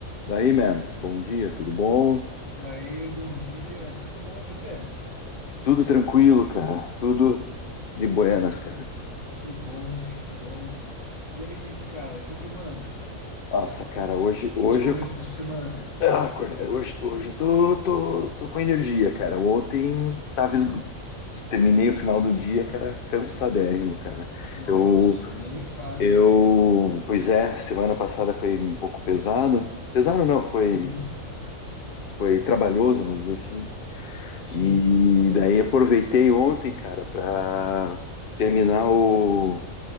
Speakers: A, on the left (about 55°); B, on the left (about 35°).
A: Daí, man, bom dia, tudo bom?
B: Daí, bom dia, tudo bom e você?
A: Tudo tranquilo, cara, tudo de buenas, cara.
B: Que bom, que bom. E aí, cara, o que que manda,
A: Nossa,
B: né?
A: cara, hoje, hoje,
B: Nesse começo
A: eu-
B: de semana?
A: ah, acordei, hoje, hoje eu tô, tô, tô com energia, cara. Ontem tava, esgo- terminei o final do dia, cara, cansadérrimo, cara.
B: Nossa,
A: Eu,
B: nem me fale,
A: eu,
B: cara.
A: pois é, semana passada foi um pouco pesado, pesado não, foi,
B: Uhum,
A: foi trabalhoso, vamos dizer assim.
B: sim,
A: E
B: aham.
A: daí aproveitei ontem, cara, pra terminar o